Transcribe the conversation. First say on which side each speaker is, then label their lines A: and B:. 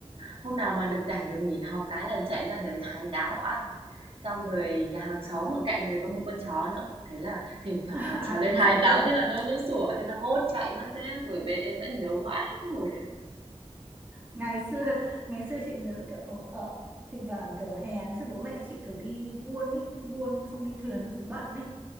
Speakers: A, on the right; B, on the right.
A: hôm nào mà được rảnh được nghỉ học cái là chạy ra đấy hái táo ăn xong rồi nhà hàng xóm ở cạnh đấy có một con chó nữa thế là thỉnh
B: <laughs>
A: thoảng
B: à,
A: mà trèo
B: ừ,
A: lên hái
B: chó
A: táo
B: đuổi
A: thế là nó nó sủa thế là hốt chạy mất dép rồi bên em vẫn nhớ mãi cái hồi đấy
B: ngày xưa ngày xưa chị nhớ kiểu ở, ở thỉnh thoảng kiểu hè ngày xưa bố mẹ chị kiểu đi buôn ấy đi buôn xong đi thuyền cái thứ bận ấy